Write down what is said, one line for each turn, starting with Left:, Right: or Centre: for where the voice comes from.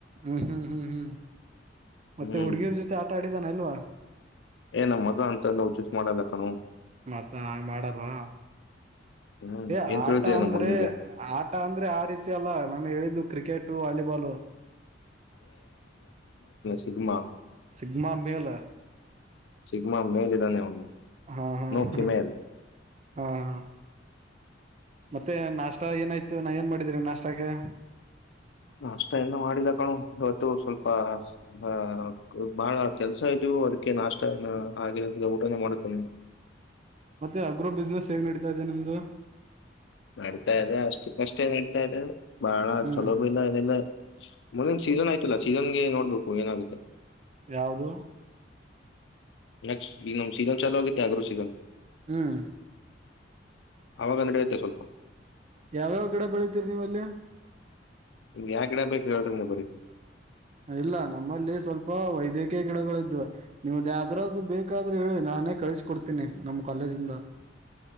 Right: ಹ್ಮ್ ಹ್ಮ್ ಹ್ಮ್ ಹ್ಮ್ ಮತ್ತೆ
Left: ಹ್ಮ್.
Right: ಹುಡ್ಗಿರ್ ಜೊತೆ ಆಟ ಆಡಿದಾನ ಇಲ್ವಾ.
Left: ಏ ನಮ್ಮ ಮಗ ಅಂತಲ್ಲ ಹಚಿಸ್ ಮಾಡಲ್ಲ ಕಣೋ.
Right: ಮತ್ತ ಹ ಮಾಡಲ್ವಾ
Left: ಹ್ಮ್
Right: ಏ
Left: ಏನ್
Right: ಆಟ
Left: ತಿಳಿದಿದೆ ನಮ್
Right: ಅಂದ್ರೆ
Left: ಮಗನಿಗೆ
Right: ಆಟ ಅಂದ್ರೆ ಆ ರೀತಿಯಲ್ಲ ನಾನ ಹೇಳಿದ್ದು. Cricket volleyball.
Left: ಸಿಗ್ಮ.
Right: ಸಿಗ್ಮಾ ಮೇಲ
Left: ಸಿಗ್ಮಾ ಮೇಲಿದ್ದಾನೆ ಅವನು.
Right: ಹಾ ಹಾ
Left: ನೋ
Right: ಹ
Left: ಫಿಮೇಲ್
Right: ಹಾ ಹಾ ಮತ್ತೆ ನಾಷ್ಟ ಏನಾಯ್ತು ನಾ ಏನ್ ಮಾಡಿದ್ರಿ ನಾಷ್ಟಗೆ.
Left: ನಾಷ್ಟ ಏನ ಮಾಡಿದ ಕಣೋ ಇವತ್ತು ಸ್ವಲ್ಪ ಅಹ ಬಹಳ ಕೆಲ್ಸ ಇದವು ಅದಕ್ಕೆ ನಾಷ್ಟ ಏನ ಹಾಗೆ ಊಟನೆ ಮಾಡುತ್ತೇನೆ.
Right: ಮತ್ತೆ ಅಗ್ರೋ ಬಿಸ್ನೆಸ್ ಹೇಗ್ ನೀಡ್ತಾ ಇದೆ ನಿಮ್ದು.
Left: ನಡ್ತಾ ಇದೆ ಅಷ್ಟು ಕಷ್ಟ ನಡಿತಾ ಇದೆ. ಬಳ
Right: ಹ್ಮ್
Left: ಚಲೋ ಭೈ ನ ಇಲ್ಲ ಏನಿಲ್ಲ. ಮೊನ್ನೆ ಒಂದ್ ಸೀಸನ್ ಆಯ್ತಲ್ಲ ಸೀಸನ್ಗೆ ನೋಡ್ಬೇಕು. ಏನಾಗುತ್ತೆ
Right: ಯಾವುದು
Left: ನೆಕ್ಸ್ಟ್ ಈಗ ನಮ್ ಸೀಸನ್ ಚಲೋ ಆಗುತ್ತೆ ಆಗ್ರೋ ಸೀಸನ್.
Right: ಹ್ಮ್
Left: ಅವಾಗ ನಡೆಯುತ್ತೆ ಸ್ವಲ್ಪ.
Right: ಯಾವ್ಯಾವ ಗಿಡ ಬೆಳಿತೀರಿ ನೀವಲ್ಲಿ,
Left: ನಿಮ್ಗೆ ಯಾ ಗಿಡ ಬೇಕ್ ಹೇಳ್ರಿ ನೀವ್ ಬರೀಲ್ಲಿ.
Right: ಇಲ್ಲ ನಮ್ಮಲ್ಲಿ ಸ್ವಲ್ಪ ವೈದ್ಯಕೀಯ ಗಿಡಗಳಿದ್ವು ನೀವು ದ ಯಾವ್ದೃದ್ ಬೇಕಾದ್ರೂ ಹೇಳಿ ನಾನೇ ಕಳ್ಸಕೊಡ್ತೀನಿ ನಮ್ಮ ಕಾಲೇಜಿಂದ.